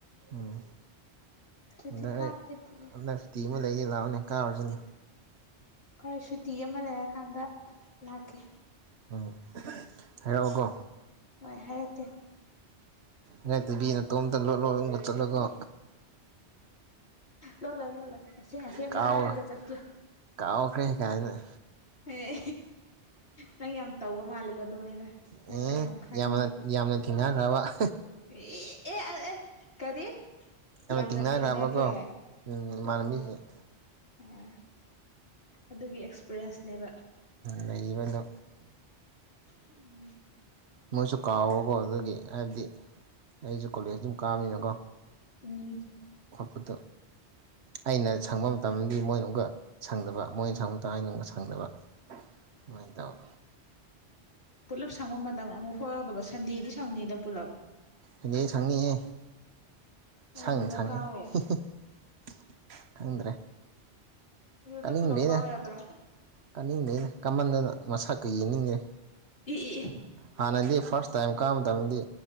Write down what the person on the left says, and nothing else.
ꯍꯧꯖꯤꯛꯇꯤ
ꯀꯥꯈꯤꯗ꯭ꯔꯦ
ꯑꯩꯈꯣꯏ ꯁꯨꯇꯤ ꯑꯃ ꯂꯩꯔꯀꯥꯟꯗ ꯂꯥꯛꯀꯦ
ꯍꯣꯏ ꯍꯥꯏꯔꯛꯀꯦ
ꯂꯣꯠꯂꯣꯏ ꯂꯣꯠꯂꯣꯏ꯫ ꯑꯁꯦꯡ ꯑꯁꯦꯡꯕ
ꯍꯥꯏꯔꯒ ꯆꯠꯀꯦ
ꯑꯦ ꯅꯪ ꯌꯥꯝ ꯇꯧꯕ ꯃꯥꯜꯂꯦꯀꯣ ꯑꯗꯨꯃꯥꯏꯅ
ꯅꯪ ꯈꯔꯥ ꯌꯥꯝ ꯈꯪꯉꯤ
ꯑꯦ ꯑꯦ ꯑꯦ ꯀꯔꯤ ꯌꯥꯝꯅ
ꯊꯦꯡꯅꯈ꯭ꯔꯦ ꯑꯣ
ꯑꯣ ꯑꯗꯨꯒꯤ ꯑꯦꯛꯁꯄꯤꯔꯤꯌꯦꯟꯁꯅꯦꯕ
ꯎꯝ
ꯎꯝ
ꯄꯨꯜꯂꯞ ꯁꯪꯕ ꯃꯇꯝ ꯑꯃꯨꯛ ꯐꯥꯎꯗꯕ ꯁꯟꯗꯦꯗꯤ ꯁꯪꯅꯤꯗ ꯄꯨꯜꯂꯞ
ꯑꯗꯨꯗ
ꯀꯥꯎꯋꯣ
ꯑꯗꯨꯗ
ꯄꯨꯂꯞ ꯀꯥꯎ ꯌꯥꯗ꯭ꯔꯣ
ꯏ ꯏ